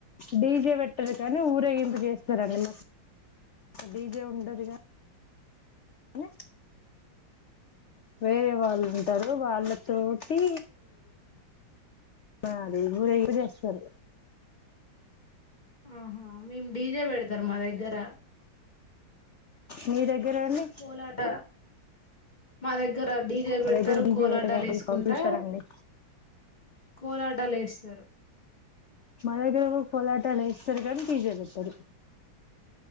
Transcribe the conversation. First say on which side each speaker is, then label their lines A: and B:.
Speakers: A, on the left (about 85°); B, on the left (about 25°).
A: డీజే పెట్టరు కానీ ఊరేగింపు చేస్తారండి మాకు డీజే ఉండదుగా ఏ వేరే వాళ్ళు ఉంటారు వాళ్ళతోటి అ అదే ఊరేరి చేస్తారు
B: ఆహా మేము డీజే పెడతారు మా దగ్గర
A: మీ దగ్గర అండి
B: కోలాట మా దగ్గర దగ్గర డీజే పెడతారు
A: మా దగ్గర డీజే
B: కోలాటాలు
A: పెట్టరండి
B: వేసుకుంటా
A: సౌండ్ చూస్తారండి
B: కోలాటాలు వే స్తారు
A: మా దగ్గర కూడా కోలాటలు వేస్తారు గాని డీజే బెట్టారు